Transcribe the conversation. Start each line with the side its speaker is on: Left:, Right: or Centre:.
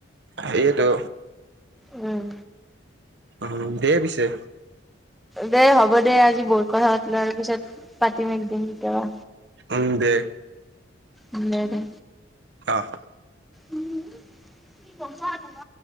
Right: সেইয়েটো।
Centre: উম
Right: উম, দে পিছে।
Centre: দে হ'ব দে আজি বহুত কথা পতিলো আৰু পিছত পাতিম একদিন কেতিয়াবা।
Right: উম দে।
Centre: অ দে, দে।
Right: অহ।
Centre: উম কি গম প ন।